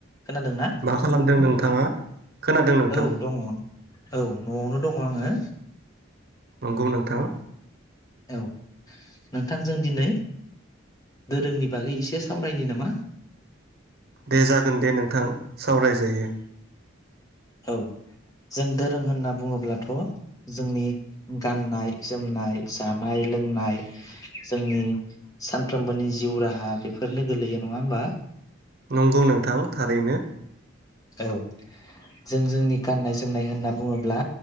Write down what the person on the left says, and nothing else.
खोनादोंना
औ दङ औ न'आवनो दङ आङो
औ नोंथांजों दिनै दोरोंनि बागै एसे सावरायनि नामा
औ जों दोरों होनना बुङोब्लाथ' जोंनि गाननाय जोमनाय जानाय लोंनाय जोंनि सानफ्रोमबोनि जिउ राहा बेफोरनो गोलैयो नङा होमबा
औ जों जोंनि गाननाय जोमनाय होनना बुङोब्ला